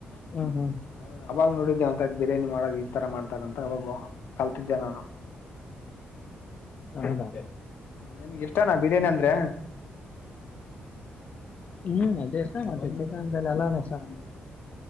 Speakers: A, on the left; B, on the left.
A: ಹ್ಮ ಹ್ಮ
B: ಹ ಅವಾಗ ನೋಡಿದ್ದೆ ಒಂತ ಬಿರಿಯಾನಿ ಮಾಡ ಈ ತರ ಮಾಡ್ತಾರ ಅಂತ ಅವಾಗ ಕಲ್ತಿದ್ದೆ ನಾನು
A: ಹೌದಾ
B: ನಿನ್ಗೆ ಇಷ್ಟನಾ ಬಿರಿಯಾನಿ ಅಂದ್ರೆ
A: ಹ್ಮ್ ಅದೇ ಎಷ್ಟ ಮತ್ತೆ ಚಿಕನ್ಲೆ ಎಲ್ಲಾನ ಇಷ್ಟ ನಂಗೆ